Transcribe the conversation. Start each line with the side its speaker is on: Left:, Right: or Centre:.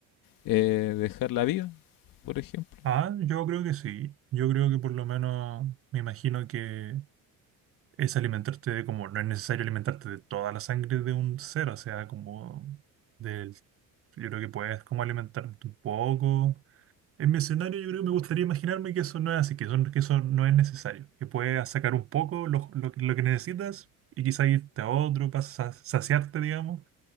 Left: eh, dejarla viva, por ejemplo?
Right: Ah, yo creo que sí. Yo creo que por lo menos me imagino que es alimentarte de como, no es necesario alimentarte de toda la sangre de un ser, o sea, como del, yo creo que puedes como alimentarte un poco En mi escenario yo creo que me gustaría imaginarme que eso no es así, que eso, que eso no es necesario, que puedes sacar un poco lo, lo que lo que necesitas y quizá irte a otro para sa- saciarte, digamos,